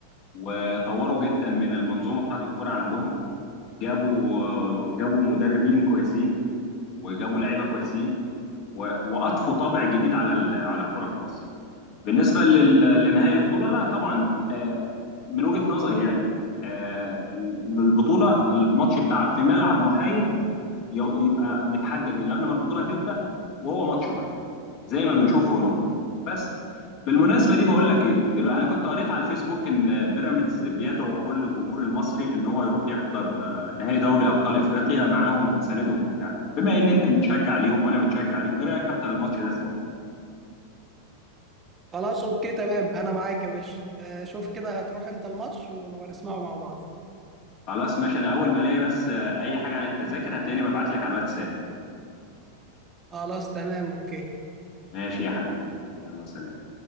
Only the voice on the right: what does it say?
خلاص اوكي تمام انا معاك يا باشا آه، شوف كده هتروح امتى الماتش ونبقى نسمعه مع بعض
خلاص تمام اوكي